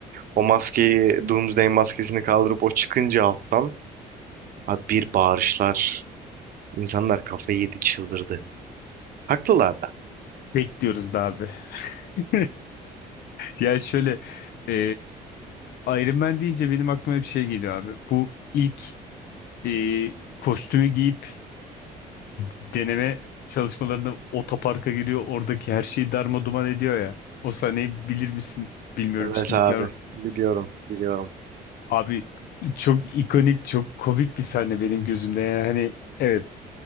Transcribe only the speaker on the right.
O maskeyi Doomsday maskesini kaldırıp o çıkınca alttan abi bir bağırışlar. İnsanlar kafayı yedi çıldırdı. Haklılar da.
Evet
abi
biliyorum biliyorum.